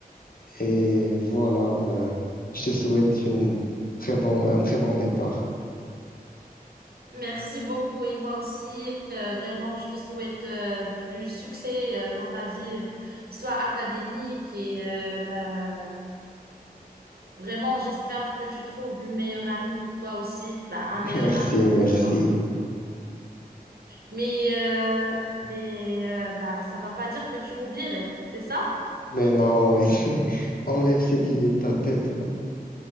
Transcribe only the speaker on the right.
Merci beaucoup et moi aussi, euh, vraiment, je te souhaite euh, du succès euh, dans ta vie, euh, soit académique et euh, bah, vraiment, j'espère que tu trouves une meilleure amie pour toi aussi, bah, un meilleur
ami,
pourquoi pas. Mais, euh, mais euh, bah, ça va pas dire que tu m'oublierais, c'est ça?